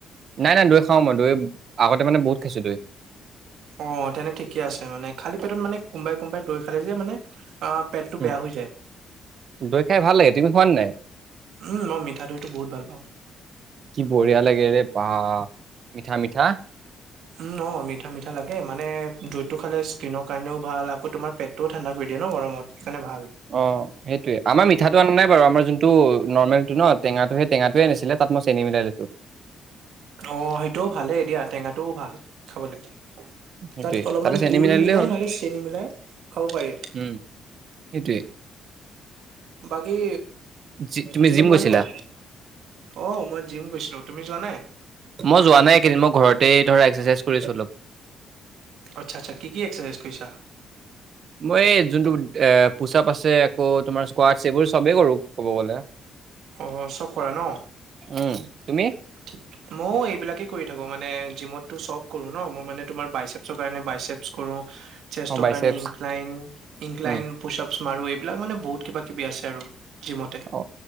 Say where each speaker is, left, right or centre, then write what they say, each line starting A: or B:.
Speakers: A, on the right (about 55°); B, on the right (about 75°).
A: নাই নাই দৈ খাওঁ মই দৈ আগতে মানে বহুত খাইছোঁ দৈ।
B: অ তেনে ঠিকে আছে মানে, খালী পেটত মানে কোনোবাই কোনমবাই দৈ খালে যে মানে আহ পেটটো
A: উম
B: বেয়া হৈ যায়।
A: দৈ খাই ভাল লাগে তুমি খোৱা নে নাই
B: উম মই মিঠা দৈটো বহুত ভাল পাওঁ।
A: কি বঢ়িয়া লাগে ৰে বা! মিঠা মিঠা।
B: উম অ মিঠা মিঠা লাগে মানে যোনটো খালে স্কিনৰ কাৰণেও ভাল আকৌ তোমাৰ পেট ত ঠাণ্ডা কৰি দে ন গমত সেইকাৰে ভাল।
A: অ। সেইটোৱে আমাৰ‌ মিঠটো আনা নাই বাৰু আমাৰ যোনটো নৰ্মেলটো ন টেঙাটো সেইটেঙাটোৱে আনিছিলে তাত মই চেনি মিলাই লৈছোঁ।
B: অ সেইটোও ভালেই দিয়া টেঙাটোও ভাল খাবলৈ।
A: সেইটোৱে
B: তাত অলপমান
A: তাতে চেনী
B: গুৰ মিলাই
A: দিলেই হ'ল
B: নহ'লে চেনি মিলাই খাব পাৰি।
A: উম সেইটোৱে।
B: বাকী
A: যি তুমি
B: জিম গোৱা
A: গৈছিলা
B: নাই? অ মই জিম গৈছোঁ তুমি যোৱা নাই?
A: মই যোৱা নাই এই কেইদিন মই ঘৰতে ধৰা এক্সাৰচাইজ কৰিছ অলপ।
B: আচ্ছা আচ্ছ কি কি অক্সেচাইজ কৰিছা?
A: মই এই যোনটো এ পোচাপ আছে আকৌ তোমাৰ স্কোৱাড এইবোৰ চবেই কৰো ক'ব গ'লে।
B: অ চব কৰা ন?
A: উম তুমি?
B: <inaudible> ময় এইবিলাকে কৰি থাকো মানে জিমতো চব কৰো ন মই মানে তোমাৰ বাইছেপচৰ কাৰনে বাইচেপ কৰো, চেষ্টৰ
A: অ biceps
B: কাৰণে incline incline
A: um
B: push ups মাৰোঁ এইবিলাক মানে বহুত কিবা কিবি আছে আৰু জিমতে।
A: অ